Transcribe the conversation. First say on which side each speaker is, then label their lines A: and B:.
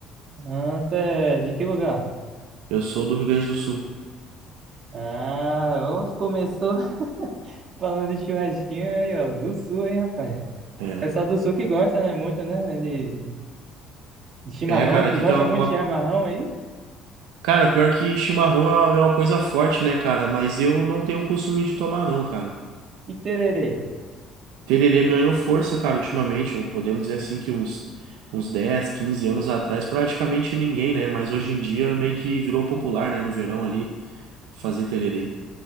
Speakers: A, on the right; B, on the right.
A: Ah, tu é de que lugar?
B: Eu sou do Rio Grande do Sul.
A: Ah, ó, começou <laughs> falando de churrasquinho aí, ó, do sul, hein, rapaz?
B: É.
A: pessoal do sul que gosta, né? Muito, né? De, de chimarrão.
B: É, cara,
A: Tu
B: aqui
A: gosta
B: tem uma.
A: muito
B: uma-
A: de chimarrão aí?
B: Cara, pior que chimarrão é uma, é uma coisa forte, né, cara? Mas eu não tenho o costume de tomar, não, cara.
A: E tererê?
B: Tererê ganhou força, cara, ultimamente. Ou Podemos dizer assim que uns, uns 10, 15 anos atrás, praticamente ninguém, né? Mas hoje em dia meio que virou popular, né? No verão ali, fazer tererê.